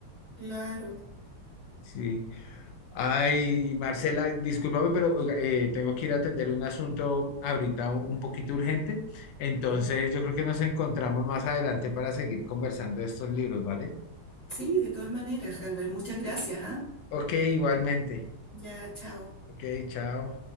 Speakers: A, on the left; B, on the left.
A: Claro.
B: Sí. Ay, Marcela, discúlpame, pero oiga, eh, tengo que ir a atender un asunto ahorita un un poquito urgente. Entonces,
A: Mm.
B: yo creo que nos encontramos más adelante para seguir conversando de estos libros, ¿vale?
A: Sí, de todas maneras, Albert, muchas gracias, ¿ah?
B: Ok, igualmente.
A: Ya, chao.
B: Ok, chao.